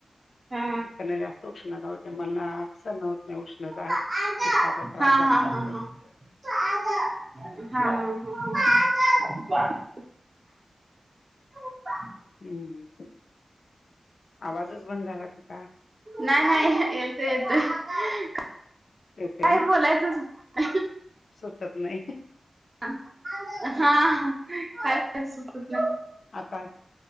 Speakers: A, on the right; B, on the left.
A: हा
B: चिकनला जास्त उष्णता होते, मला सहन होत नाही उष्णता.
A: हा हा
B: पित्ताचा त्रास
A: हा हा
B: जास्त असतो.
A: हा हा हा. हा
B: हंम. आवाजच बंद झाला तुझा.
A: नाही नाही येतो येतोय,
B: येतोय
A: काय
B: ना
A: बोलायचं सुचत नाही.
B: सुचत नाही.
A: हा काय बोलायचं सुचत नाही.
B: आता,